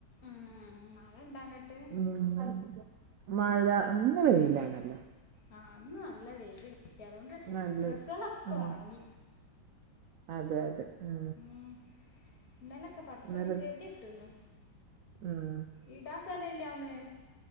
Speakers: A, on the left (about 55°); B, on the right (about 75°).
A: ഉം മഴ ഇണ്ടങ്ങട്ട്
B: മ്സ് ഉം മഴ! ഇന്ന് വെയിലാണല്ലൊ
A: ആ ഇന്ന് നല്ല വെയില് കിട്ടി അതുകൊണ്ട്
B: നല്ല
A: ഡ്രസ്സുകളൊക്കെ
B: ആ
A: ഒണങ്ങി
B: അതെ അതെ ഉം
A: ഉം ഇന്നലൊക്കെ പട്ച്ചോനെ
B: അന്നേരം
A: കെതെട്ടുന്നു
B: ഉം
A: ഇടാൻ സലല്ല്യാന്ന്